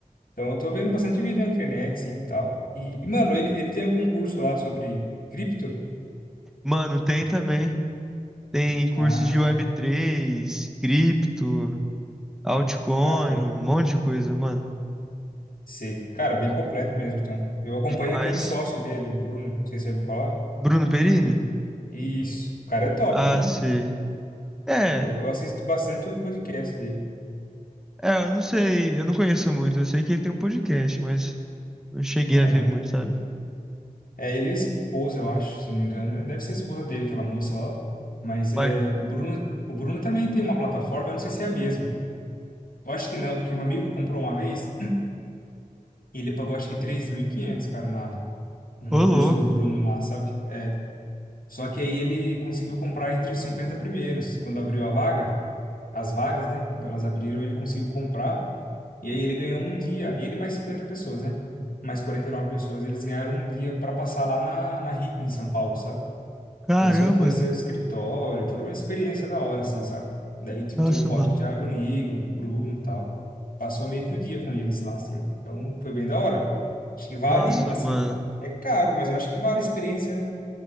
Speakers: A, on the left; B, in the centre.
A: Então eu tô vendo bastante vídeo na internet, sim, e tal. E, e, mano, ele, ele tem algum curso lá sobre cripto?
B: Mano, tem também. Tem curso
A: Ah,
B: de web três cripto, altcoin,
A: caramba.
B: um monte de coisa, mano.
A: Sei. Cara, bem completo mesmo, então. Eu acompanho
B: Demais.
A: aquele sócio dele, o Bruno, não sei se você ouviu falar.
B: Bruno Perini?
A: Isso. O cara é top,
B: Ah,
A: viu?
B: sei. É,
A: Eu, eu assisto bastante o podcast dele.
B: é, eu não sei, eu não conheço muito. Eu sei que ele tem um podcast, mas não cheguei
A: Aham.
B: a ver muito, sabe?
A: É, ele é esposa, eu acho, se não me engano. Deve ser a esposa dele, aquela moça lá. Mas é,
B: Mas,
A: o Bruno, o Bruno também tem uma plataforma, eu não sei se é a mesma. Eu acho que não, porque meu amigo comprou uma vez <clears throat> e ele pagou acho que 3.500 cara, na, num
B: ô
A: curso
B: louco,
A: do Bruno lá, sabe? É, só que aí ele conseguiu comprar entre os 50 primeiros. Quando abriu a vaga, as vagas, né? Quando elas abriram, ele conseguiu comprar. E aí ele ganhou um dia, ele mais 50 pessoas, né? Mais 49 pessoas, eles ganharam um dia para passar lá na, na Rico, em São Paulo, sabe?
B: caramba.
A: Então, eles foram conhecer o escritório, toda uma experiência da hora, assim, sabe? Daí, tipo,
B: Nossa,
A: tirou foto
B: mano.
A: com o Thiago Nigro, com o Bruno e tal. Passou meio que o dia com eles lá, assim. Então, foi bem da hora. Acho que vale,
B: Nossa,
A: assim,
B: mano.
A: é caro, mas eu acho que vale a experiência, né?